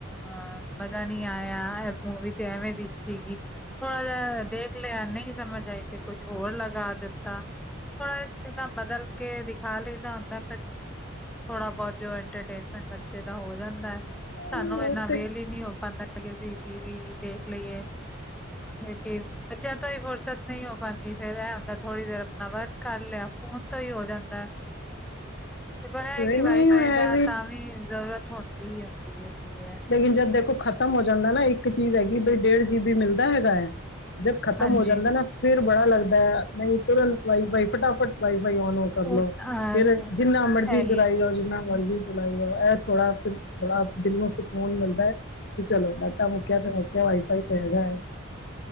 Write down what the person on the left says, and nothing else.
ਹਮ
ਉਹ
ਤੇ
ਨਹੀਂ
ਇਹ
ਲੇਕਿਨ ਜਦ ਦੇਖੋ ਖ਼ਤਮ ਹੋ ਜਾਂਦਾ ਨਾ ਇੱਕ ਚੀਜ਼ ਹੈਗੀ ਬਈ ਡੇਢ ਜੀ ਬੀ ਮਿਲਦਾ ਹੈਗਾ ਹੈ ਜਦ ਖ਼ਤਮ
ਹੋ ਜਾਂਦਾ ਨਾ ਫੇਿਰ ਬੜਾ ਲੱਗਦਾ ਹੈ ਨਹੀਂ ਤੁਰੰਤ ਵਾਈਫਾਈ ਫਟਾਫਟ ਵਾਈਫਾਈ ਨ ਕਰਲੋ
ਫੇਿਰ ਜਿੰਨਾ ਮਰਜ਼ੀ
ਚਲਾਈ ਲਓ ਜਿੰਨਾ ਮਰਜ਼ੀ ਚਲਾਈ ਜਾਓ ਇਹ ਥੋੜ੍ਹਾ ਫਿਰ ਥੋੜਾ ਦਿਲ ਨੂੰ ਸਕੂਨ ਮਿਲਦਾ ਹੈ ਕਿ ਚਲੋ ਡਾਟਾ ਮੁੱਕਿਆ ਤੇ ਮੁੱਕਿਆ ਵਾਈਫਾਈ ਤੇ ਹੈਗਾ ਹੈ